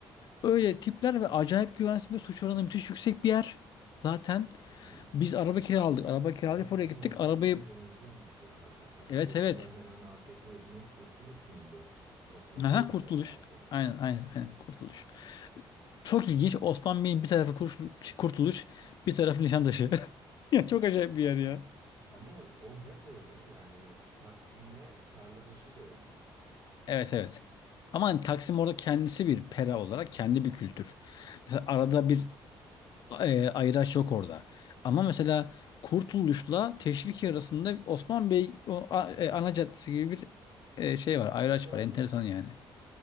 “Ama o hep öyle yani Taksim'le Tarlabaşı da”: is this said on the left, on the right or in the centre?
Right